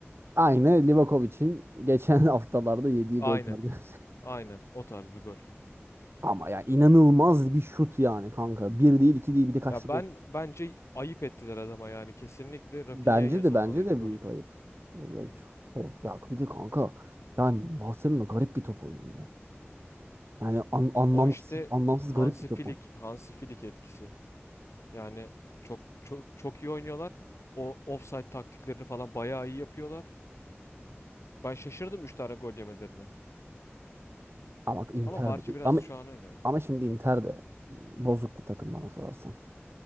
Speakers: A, on the right; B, on the left.
A: Aynı Livakovic'in geçen <laughs> haftalarda yediği
B: Aynen.
A: gol tarzı. <laughs>
B: Aynen. O tarz bir gol.
A: Ama ya inanılmaz bir şut yani kanka. Bir değil, iki değil, bir de kaç
B: Ya
A: tane.
B: ben bence ayıp ettiler adama yani. Kesinlikle Rafinha'ya
A: Bence
B: yazılmalıydı
A: de bence de
B: gol.
A: büyük ayıp. Ya, çok- ya bir de kanka yani Barcelona garip bir top oynuyor ya. Yani an- anlamsız
B: O işte
A: anlamsız
B: Hansi
A: garip bir top
B: Flick,
A: oynuyor.
B: Hansi Flick etkisi. Yani çok çok çok iyi oynuyorlar. O offside taktiklerini falan bayağı iyi yapıyorlar. Ben şaşırdım 3 tane gol yemelerine.
A: Ama bak Inter
B: Ama Barça
A: de,
B: biraz
A: ama
B: şu an öyle yani.
A: ama şimdi Inter de bozuk bir takım bana sorarsan.